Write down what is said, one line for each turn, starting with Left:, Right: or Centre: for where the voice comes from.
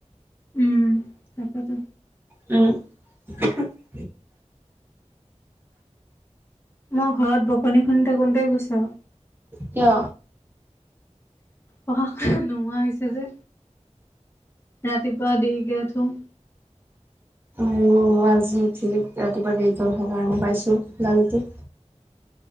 Left: উম, তাকেতো।
Right: উম। <inaudible>
Left: মই ঘৰত বকনি শুনি থাকোতেই গৈছে আও।
Right: কিয়?
Left: পঢ়া শুনা নোহোৱা হৈছে যে, ৰাতিপুৱা দেৰিকে উঠোঁ।
Right: এই মই আজি উঠি ৰাতিপুৱা দেৰি উঠাৰ কাৰণে পাইছো, গালিটো।